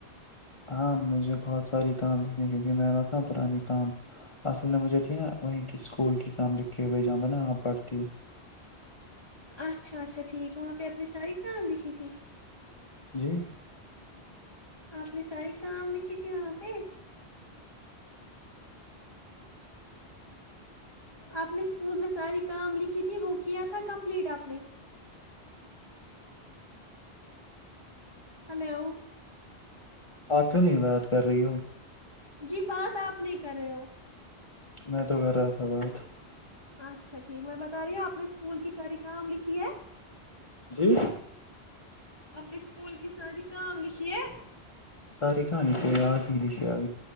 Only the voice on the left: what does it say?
ہاں مجھے بہت ساری کام لکھنے کیونکہ میںتنا پرانی کام اصل نے مجھے تھی نا وہیں کی اسکول کی کام لکھ کے ہو جہاں بنا آپ پڑھتی ہوں
جی
آپ کیوں نہیں بات کر رہی ہو
میں تو کر رہا تھا بہت
جی
ساری کہانی پ ریاد ہی لکھھی آب